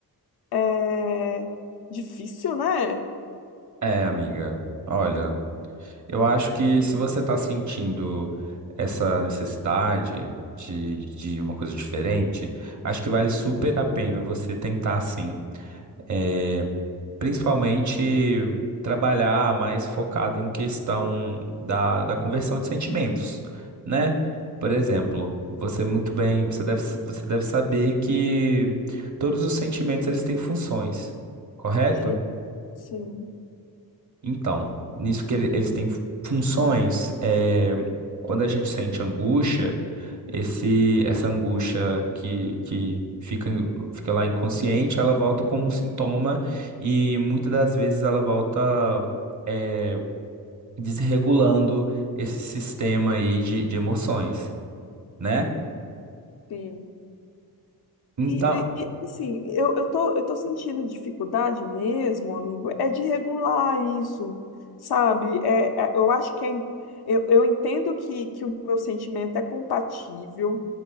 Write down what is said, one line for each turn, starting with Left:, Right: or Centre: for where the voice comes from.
Left: é difícil, né?
Right: É, amiga. Olha, eu acho que se você tá sentindo essa necessidade de, de uma coisa diferente, acho que vale super a pena você tentar sim. É, principalmente trabalhar mais focado em questão da, da conversão de sentimentos, né? Por exemplo, você muito bem, você deve, você deve saber que todos os sentimentos eles têm funções, correto?
Left: Sim. Sim.
Right: Então, nisso que ele- eles têm funções, é, quando a gente sente angústia, esse, essa angústia que, que fica, fica lá inconsciente, ela volta como um sintoma e muitas das vezes ela volta, é, desregulando esse sistema aí de, de emoções, né?
Left: Sim.
Right: Então,
Left: E, e, e, assim, eu, eu tô, eu tô sentindo dificuldade mesmo, amigo, é de regular isso, sabe? É, é- eu acho que é, im- eu, eu entendo que, que o meu sentimento é compatível,